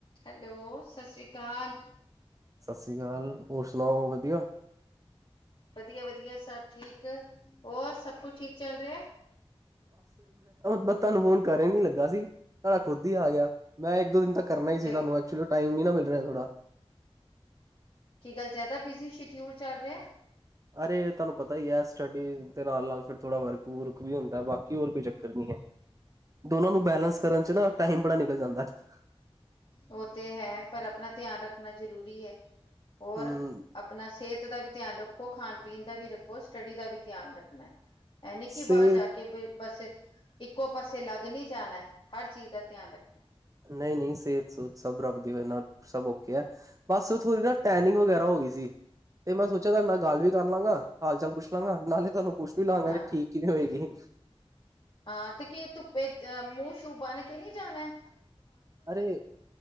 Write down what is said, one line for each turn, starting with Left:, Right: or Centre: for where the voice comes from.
Left: ਹੈਲੋ ਸਤਿ ਸ੍ਰੀ ਅਕਾਲ,
Right: ਸਤਿ ਸ਼੍ਰੀ ਅਕਾਲ ਹੋਰ ਸੁਣਾਓ? ਵਧੀਆ,
Left: ਵਧੀਆ-ਵਧੀਆ, ਸਭ ਠੀਕ ਹੋਰ ਸਭ ਕੁਛ ਠੀਕ ਚੱਲ ਰਿਹਾ।
Right: ਬੱਤਾ ਨੂੰ ਫੋਨ ਕਰ ਨੀ ਲੱਗਾ ਸੀ। ਸਾਡਾ ਖੁਦ ਹੀ ਆ ਗਿਆ, ਮੈਂ ਇੱਕ ਦੋ ਦਿਨ ਤੱਕ ਕਰਨਾ ਹੀ ਸੀ
Left: ਚੱਲ
Right: ਤੁਹਾਨੂੰ ਐਕਚੁਲੀ ਟਾਈਮ ਨ ਨਾ ਮਿਲ। ਥੋੜਾ
Left: ਕੀ ਗੱਲ ਜ਼ਿਆਦਾ ਬਿਜ਼ੀ ਸ਼ਡਿਊਲ ਚੱਲ ਰਿਹਾ?
Right: ਅਰੇ ਤੁਹਾਨੂੰ ਪਤਾ ਹੀ ਹੈ ।ਸਟੱਡੀ ਦੇ ਨਾਲ ਨਾਲ ਫਿਰ ਥੋੜਾ ਵਰਕ ਵੁਰਕ ਵੀ ਹੁੰਦਾ ।ਬਾਕੀ ਹੋਰ ਕੋਈ ਚੱਕਰ ਨਹੀਂ ਹੈ।
Left: ਹ
Right: ਦੋਨਾਂ ਨੂੰ ਬੈਲੇੈਂਸ ਕਰਨ 'ਚ ਨਾ ਟਾਈਮ ਬੜਾ ਨਿਕਲ ਜਾਂਦਾ ਹੈ।
Left: ਉਹ ਤੇ ਹੈ ਪਰ ਆਪਣਾ ਧਿਆਨ ਰੱਖਣਾ ਜ਼ਰੂਰੀ ਹੈ। ਹੋਰ
Right: ਹਮ
Left: ਆਪਣਾ ਸਿਹਤ ਦਾ ਵੀ। ਧਿਆਨ ਰੱਖੋ, ਖਾਣ ਪੀਣ ਦਾ ਵੀ ਰੱਖੋ, ਸਟੱਡੀ ਦਾ ਵੀ ਧਿਆਨ ਰੱਖਣਾ। ਐ ਨੀ ਕਿ
Right: ਸਿਹਤ
Left: ਬਾਹਰ ਜਾ ਕੇ ਬਸ ਇੱਕੋ ਪਾਸੇ। ਤੇ ਲੱਗ ਨਹੀਂ ਜਾਣਾ ਹਰ ਚੀਜ਼ ਦਾ ਧਿਆਨ ਰੱਖਣਾ।
Right: ਨਹੀਂ, ਨਹੀਂ ਸਿਹਤ ਸੂਹਤ ਸਭ ਰੱਬ ਦੀ ਵਜ੍ਹਾ ਨਾਲ ਸਭ ਔਖੇ ਹੈ ।ਬਸ ਥੋੜੀ ਨਾ ਟੈਨਿੰਗ ਵਗੈਰਾ ਹੋ ਗਈ ਸੀ। ਤੇ ਮੈਂ ਸੋਚਿਆ ਤੁਹਾਡੇ ਨਾਲ ਗੱਲ ਵੀ ਕਰ ਲਾਂਗਾ। ਹਾਲ ਚਾਲ ਪੁੱਛ ਲਾਂਗਾ ਨਾਲੇ ਤੁਹਾਨੂੰ ਪੁੱਛ ਵੀ ਲਵਾਂਗਾ
Left: ਹਾਂ
Right: ਕਿ ਇਹ ਠੀਕ ਕਿਵੇਂ ਹੋਏਗੀ?
Left: ਹਾਂ ਤੇ ਕਿ ਧੁੱਪੇ ਅ ਮੂੰਹ ਸ਼ੂਹ ਬੰਨ ਕੇ ਨਹੀਂ ਜਾਣਾ ਏ।
Right: ਅਰੇ